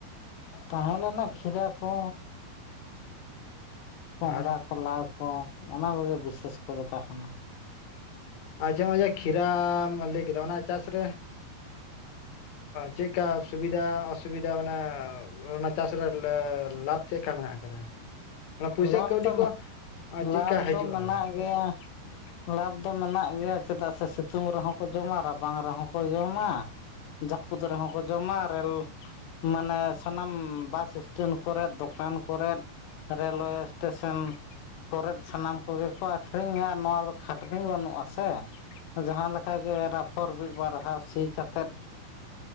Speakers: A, on the left (about 80°); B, on the left (about 50°).
A: ᱛᱟᱦᱮᱸ ᱞᱮᱱᱟ ᱠᱷᱤᱨᱟ ᱠᱚ ᱠᱚᱦᱚᱸᱰᱟ
B: ᱟᱨ
A: ᱠᱚᱞᱟ ᱠᱚ ᱚᱱᱟ ᱠᱚᱜᱮ ᱵᱤᱥᱮᱥ ᱠᱚᱨᱮ ᱛᱟᱦᱮᱱᱟ ᱾
B: ᱢᱟᱡᱷᱮ ᱢᱟᱡᱷᱮ ᱠᱷᱤᱨᱟᱢ ᱞᱟᱹᱭ ᱠᱮᱫᱟ ᱚᱱᱟ ᱪᱟᱥ ᱨᱮ ᱪᱮᱫᱠᱟ ᱥᱩᱵᱤᱫᱟ ᱚᱥᱩᱵᱤᱫᱟ ᱢᱟᱱᱮ ᱚᱱᱟ ᱪᱟᱥ ᱨᱮ ᱞᱟᱵᱷ ᱪᱮᱫ ᱞᱮᱠᱟ ᱢᱮᱱᱟᱜ ᱟᱠᱟᱫᱟ ᱾ ᱚᱱᱟ ᱯᱩᱭᱥᱟᱹ
A: ᱞᱟᱵᱷ
B: ᱠᱟᱹᱣᱰᱤ
A: ᱫᱚ
B: ᱠᱚ ᱟᱨ ᱪᱮᱫᱠᱟ
A: ᱞᱟᱵᱷ
B: ᱦᱤᱡᱩᱜᱼᱟ
A: ᱫᱚ ᱢᱮᱱᱟᱜ
B: ᱾
A: ᱜᱮᱭᱟ <inaudible> ᱞᱟᱵᱷ ᱫᱚ ᱢᱮᱱᱟᱜ ᱜᱮᱭᱟ ᱪᱮᱫᱟᱜ ᱥᱮ ᱥᱤᱛᱩᱝ ᱨᱮᱦᱚᱸ ᱠᱚ ᱡᱚᱢᱟ ᱨᱟᱵᱟᱝ ᱨᱮᱦᱚᱸ ᱠᱚ ᱡᱚᱢᱟ ᱾ ᱡᱟᱹᱯᱩᱫ ᱨᱮᱦᱚᱸ ᱠᱚ ᱡᱚᱢᱟ <unintelligible> ᱢᱟᱱᱮ ᱥᱟᱱᱟᱢ ᱵᱟᱥ ᱥᱴᱮᱱᱰ ᱠᱚᱨᱮ ᱫᱚᱠᱟᱱ ᱠᱚᱨᱮ ᱨᱮᱞᱳᱣᱮ ᱥᱴᱮᱥᱚᱱ ᱠᱚᱨᱮᱫ ᱥᱟᱱᱟᱢ ᱠᱚᱜᱮ ᱠᱚ ᱟᱹᱠᱷᱨᱤᱧᱟ ᱟᱨ ᱱᱚᱣᱟ ᱫᱚ ᱠᱷᱟᱹᱴᱱᱤ ᱵᱟᱹᱱᱩᱜᱼᱟ ᱥᱮ ᱡᱟᱦᱟᱸᱞᱮᱠᱟᱜᱮ ᱮᱨᱟᱯᱷᱚᱲ <unintelligible> ᱢᱤᱫ ᱵᱟᱨᱟ ᱥᱤ ᱠᱟᱛᱮᱜ